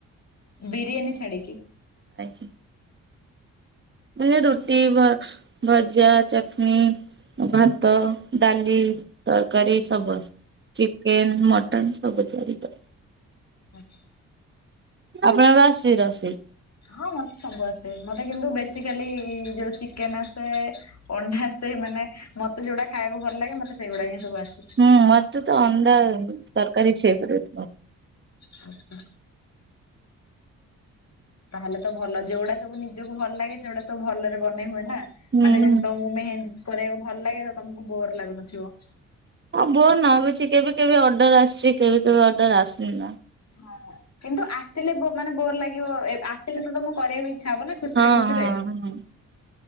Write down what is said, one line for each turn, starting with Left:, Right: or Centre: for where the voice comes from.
Left: ବିରିୟାନୀ ଛାଡ଼ିକି
Right: ଆଜ୍ଞା ମାନେ ରୁଟି ଭ ଭଜା ଚଟନି ଭାତ ଡାଲି ତରକାରୀ ସବ ଚିକେନ୍ ମଟନ୍ ସବୁ ତିଆରି କରେ
Left: ଆଚ୍ଛା
Right: ଆପଣକୁ ଆସୁଛି ରୋଷେଇ
Left: ହଁ ମତେ ସବୁ ଆସେ ମତେ କିନ୍ତୁ ବେସିକାଲି ଯୋଉ ଚିକେନ୍ ଆସେ ଅଣ୍ଡା ଆସେ ମାନେ ମତେ ଯୋଉଟା ଖାଇବାକୁ ଭଲ ଲାଗେ ମତେ ସେଇଗୁଡା ହିଁ ସବୁ ଆସେ
Right: ହୁଁ ମତେ ତ ଅଣ୍ଡା ତରକାରୀ ଛେବରେ
Left: ହଁ ହଁ ତାହେଲେ ତ ଭଲ ଯୋଉଗଡା ସବୁ ନିଜକୁ ଭଲ ଲାଗେ ସେଗୁଡାସବୁ ଭଲରେ ବନେଇ ହୁଏ ନା
Right: ହୁଁ।
Left: ମାନେ ଯେମତି ତମକୁ ମେହେନ୍ଦୀ କରିବାକୁ ଭଲ ଲାଗେ ତ ତମକୁ ବୋର ଲାଗୁନଥିବ
Right: ହଁ ବୋର ଲାଗୁଛି କେବେ କେବେ ଅର୍ଡର ଆସିଛି କେବେ କେବେ ଅର୍ଡର ଆସନି ନା
Left: ହଁ କିନ୍ତୁ ଆସିଲେ ମାନେ ବୋର ଲାଗିବ ଆସିଲେ ତ ତମ କରିବାକୁ ଇଛା ହବ ନା ଖୁସିରେ
Right: ହଁ
Left: ଖୁସିରେ
Right: ହଁ